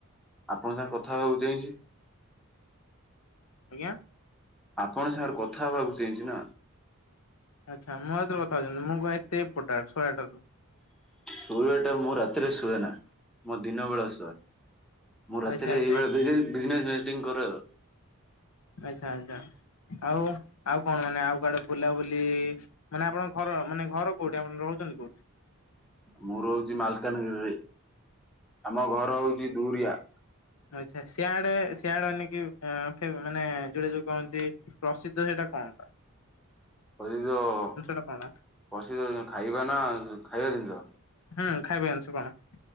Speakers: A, in the centre; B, on the left.
A: ଆପଣଙ୍କ ସାଙ୍ଗେ କଥା ହବାକୁ ଚେଇଁଛି?
B: ଆଜ୍ଞା।
A: ଆପଣଙ୍କ ସାଙ୍ଗରେ କଥା ହେବାକୁ ଚେଇଁଛି ନା?
B: ଆଚ୍ଛା ମୋ ଏତ କଥାଉଛନ୍ତି ମୁଁ କ ଏତେ ଇମ୍ପୋଟାନ୍ଟ ଶହେଟୁ
A: ଶୋଇବା ଟା ମୁଁ ରାତିରେ ଶୁଏ ନା ମୋ ଦିନ ବେଳା ଶୁଏ। ମୁଁ ରାତିରେ
B: ଆଚ୍ଛା ଆଚ୍ଛା
A: ଏଇ ଭିଜେ ଭଜନେଟିଂ କରେ ଆଉ।
B: ଆଚ୍ଛା ଆଚ୍ଛା ଆଉ ଆଉ କଣ ମାନେ ଆଉ କୁଆଡେ ବୁଲାବୁଲି? ମାନେ ଆପଣଙ୍କ ଘର ମାନେ ଘର କୋଉଠି ଆପଣ ରହୁଛନ୍ତି କୋଉଠି?
A: ମୁଁ ରହୁଛି ମାଲକାନଗିରିରେ ଆମ ଘର ହଉଛି ଦୁରିଆ।
B: ଆଛା ସିଆଡେ ସିଆଡେକ ମାନେ ଯୋଉଟେ ଯୋଉ କହନ୍ତି ପ୍ରସିଦ୍ଧ ସେଇଟା କଣ ଟା?
A: ପ୍ରସିଦ୍ଧ ଯୋଉପ୍ରସିଦ୍ଧ
B: ଟା କଣ
A: ଖାଇବା ନା ଖାଇବା ଜିନିଷ?
B: ହୁଁ ଖାଇବା ଜିନିଷ କଣ?